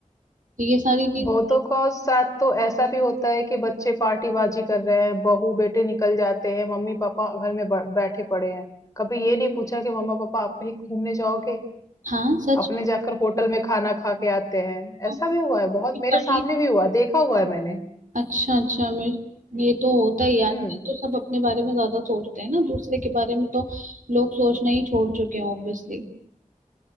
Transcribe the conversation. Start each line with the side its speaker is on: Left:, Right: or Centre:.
Right: तो ये सारी चीजें
Left: बहुतों का साथ तो ऐसा भी होता है कि बच्चे पार्टीबाजी कर रहे हैं, बहू-बेटे निकल जाते हैं, मम्मी-पापा घर में ब बैठे पड़े हैं। कभी ये नहीं पूछा कि मम्मा-पापा आप कहीं घूमने जाओगे?
Right: हाँ सच
Left: अपने
Right: में,
Left: जाकर होटल में खाना खा के आते हैं।
Right: हाँ,
Left: ऐसा भी हुआ है बहुत
Right: पढ़
Left: मेरे सामने
Right: ली
Left: भी हुआ, देखा हुआ है मैंने।
Right: अच्छा अच्छा मेरे ये तो होता ही
Left: हुँ,
Right: है आजकल तो सब अपने बारे में ज्यादा सोचते हैं ना दूसरे के बारे में तो लोग सोचना ही छोड़ चुके हैं ऑब्वियसली